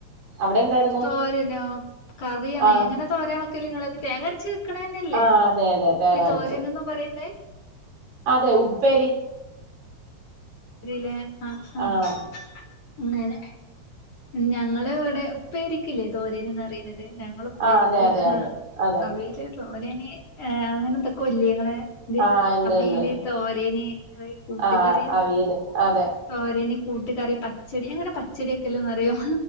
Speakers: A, on the right (about 85°); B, on the left (about 55°).
A: അവിടെ എന്തായിരുന്നു
B: തോരനോ കറിയണ
A: ആഹ്
B: എങ്ങനെ തോരൻ വെക്കല് നിങ്ങളക്കെ തേങ്ങരച്ച് ക്കണ തന്നെയല്ലേ
A: ആഹ് അതെ അതെ തേങ്ങ
B: ഈ തോരനൊന്നും
A: അരച്ച്
B: പറയുന്നേ
A: അതെ ഉപ്പേരി
B: ലെആ ആ അങ്ങെനെ
A: ആഹ്
B: ഞങ്ങളെ ഇവിടെ ഉപ്പായിരിക്കില്ലേ തോരേനന്ന്റിയുന്നത് അതെ ഞങ്ങള് ഉപ്പേരിക്ക്
A: ആ അതെ അതെ അതെ അതെ
B: അവിയല് തോരന് അങ്ങനെ എന്തൊക്കെ ഇല്ലേ ങ്ങളെ ഇത്
A: ആ ഇണ്ട്
B: അവീല്
A: ഇണ്ട്
B: തോരന് കൂട്ട്കറി
A: ആ അവിയല് അതെ
B: തോരനി കൂട്ടുകറി പച്ചടി അങ്ങനെ പച്ചടൊക്കെല് അറിയോ